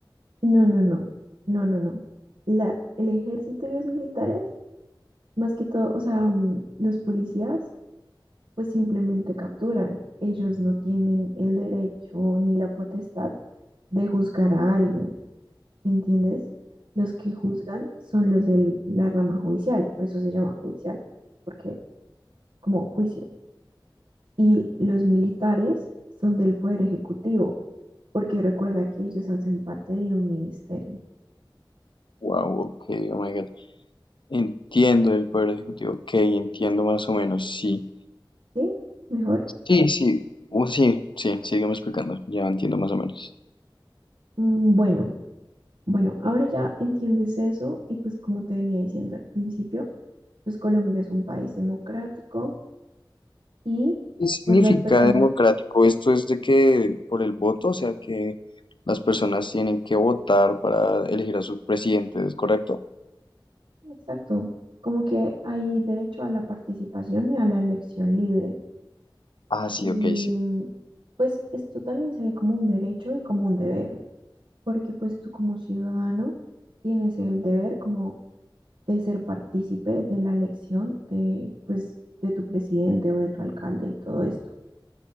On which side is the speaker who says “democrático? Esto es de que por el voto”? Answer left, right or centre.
Left